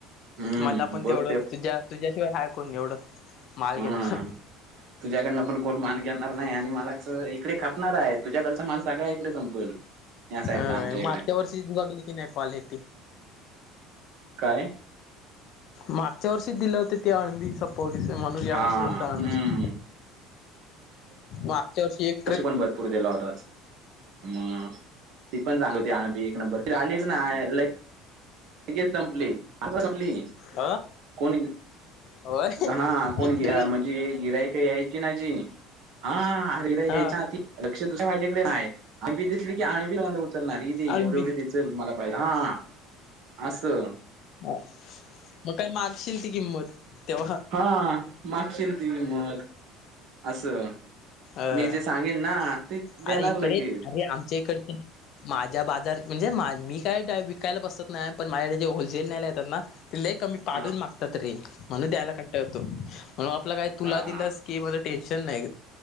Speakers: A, on the right; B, on the left.
A: हम्म
B: मला पण
A: बघ
B: तेवढं तुझ्या तुझ्याशिवाय हायकण एवढं मालगे
A: हम्म.
B: ना
A: तुझ्याकडनं पण कोण मान घेणार नाही आणि मला इकडे खापणार आहे तुझ्याकडचा माल सगळ्या इकडे संपवेल या साईडला
B: अ
A: आमच्या इकडे
B: मगच्या वर्षी जगली की नाही क्वालिटी
A: काय
B: मागच्या वर्षीच दिले होत ते अणबी पोलीस म्हणून या
A: हा
B: वर्षी म्हटलं आ् मग
A: हम्म
B: मागच्या वर्षी एक
A: कशी पण भरपूर दिला होता आज मग ती पण चांग होती आबी एक नंबर त आलीच ना लई संपली आ संपली
B: ह
A: कोणी
B: होय
A: हा कोण
B: एक ट्रे
A: म्हणजे गिराय का याय कि नाही जी हा हर घ्यायच्या
B: हा
A: आधी लक्ष दुसं माझ्याकडे नाही आहे आम्ही दिसली की आणबी चल ना रदी
B: अळंबी
A: एवढी, एवढी दिचेल मला पाहिलं हा असं
B: हा मग काय मागशील ती किंमत तेव्हा
A: हा मागशील ती किंमत असं
B: अ
A: मी जे सांगेन ना ते देणार
B: अरे इकडे
A: लगे
B: अरे आमच्या इकडची माझ्या बाजार म्हणजे मा मी काय विकायला बसतात नाही पण माझ्याकडे जे होलसेल न्याय येतात ना ते लय कमी पाडून
A: हा
B: मागतात रे म्हणून द्यायला कंटा यतो म्हणून आपला काय तुला
A: हा
B: दिलंस की माझं टेन्शन नाही